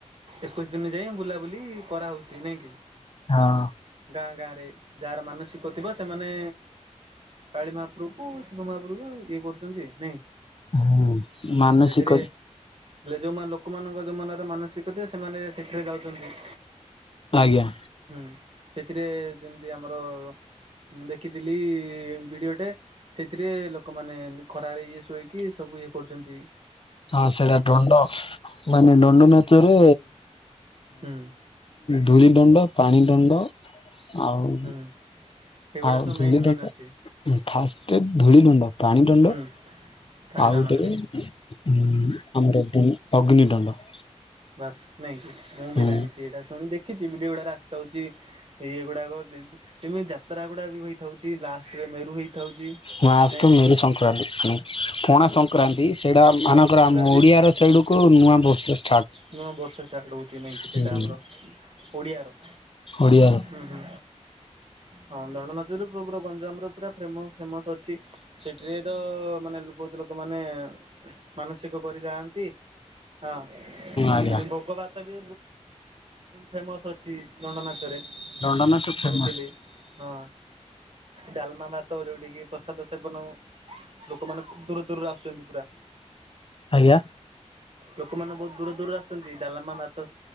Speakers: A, on the right (about 55°); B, on the left (about 50°).
A: ଏକୋଇଶି ଦିନ ଯାଏଁ, ବୁଲାବୁଲି କରାହଉଛି ନାଇଁ କି?
B: ହଁ।
A: ଗାଁ ଗାଁରେ, ଯାହାର ମାନସିକ ଥିବ ସେମାନେ କାଳୀ ମହାପ୍ରଭୁକୁ, ଶିବ ମହାପ୍ରଭୁକୁ, ଇଏ କରୁଛନ୍ତି ନାଇଁ?
B: ହୁଁ
A: ହୁଁ,
B: ମାନସିକ
A: ସେଥିରେ, ହେଲେ ଯୋଉମାନେ ଲୋକମାନଙ୍କର ଯୋଉ ମନରେ ମାନସିକ ଦେଖୁଥିବେ, ସେମାନେ ସେଠେରେ ଯାଉଚନ୍ତି।
B: ଆଜ୍ଞା।
A: ହୁଁ, ସେଥିରେ ଯେମିତି ଆମର ମୁଁ ଦେଖିଥିଲି ଭିଡ଼ିଓଟେ। ସେଥିରେ ଲୋକମାନେ ଖରାରେ ଇଏ ଶୋଇକି, ସବୁ ଇଏ କରୁଚନ୍ତି।
B: ହଁ, ସେଇଟା ଡଣ୍ଡ, ମାନେ
A: ହୁଁ
B: ଡଣ୍ଡ ନାଚରେ
A: ହୁଁ
B: ଧୂଳି ଦଣ୍ଡ, ପାଣି ଦଣ୍ଡ, ଆଉ
A: ହୁଁ ଏଗୁଡା
B: ଆଉ
A: ସବୁ
B: ଧୂଳି
A: ମେନ୍ ମେନ୍
B: ଦଣ୍ଡ,
A: ଅଛି।
B: ଫାଷ୍ଟରେ ଧୂଳି ଦଣ୍ଡ, ପାଣୀ ଦଣ୍ଡ।
A: ହୁଁ ପାଣିଦଣ୍ଡ
B: ଆଉ ଗୋଟେ ଉ ଆମର ଅଗ୍ନି ଦଣ୍ଡ।
A: ବାସ ନାଇଁକି, ମୁଁ
B: ହୁଁ
A: ବି ଜାଣିଛି ଏଇଟା, ଶୁଣି ଦେଖିଛି ବିଡିଓ ଗୁଡା ରାସିତା ହଉଛି। ଇଏ ଗୁଡାକ ତମିତି ଯାତ୍ରା ଗୁଡା ବି ହେଇଥାଉଛି, ଲାଷ୍ଟ ରେ ମେରୁ ହେଇ ଥାଉଛି,
B: ମହାରାଷ୍ଟ୍ର
A: ନାହିଁକି
B: ମେରୁ ପଣା ସଂକ୍ରାନ୍ତି, ସେଇଟା ମାନଙ୍କର
A: ପଣା ସଂକ୍ରାନ୍ତି
B: ଆମ ଓଡ଼ିଆର ସାଇଡ଼କୁ ନୂଆ ବର୍ଷେଷ୍ଟ।
A: ମିନିମମ୍ ବର୍ଷ ଚାର୍ଟଉଛି ନହିଁକି
B: ହଉଛି
A: ସେଇଟା ଆମର, ଓଡ଼ିଆର
B: ଓଡ଼ିଆ
A: ହୁଁ ହୁଁ, ହଁ ଦଣ୍ଡ ନାଚରୁ ପୁଅ ଗଞ୍ଜାମର ପୁରା ଫେମ ଫେମସ୍ ଅଛି, ସେଠିରେ ତ ମାନେ ବହୁତ ଲୋକ ଲୋକମାନେ ମାନସିକ କରି ଯାଆନ୍ତି, ହଁ।
B: ଆଜ୍ଞା
A: ସେଠି ଗୋଗ ଭାତ ବି, ଫେମସ୍ ଅଛି। ଦଣ୍ଡ ନାଚରେ,
B: ଦଣ୍ଡ ନାଚ
A: ଶୁଣିଥିଲି
B: ଫେମସ
A: ହଁ। ଡାଲମା ଭାତ, ଯୋଉଠିକି ପ୍ରସାଦ ସେବନ ଲୋକମାନେ, ଦୂର ଦୂରରୁ ଆସୁଛନ୍ତି ପୁରା।
B: ଆଜ୍ଞା।
A: ଲୋକମାନେ ବହୁତ ଦୂର ଦୂରରୁ ଆସୁଛନ୍ତି, ଡାଲମା ଭାତସ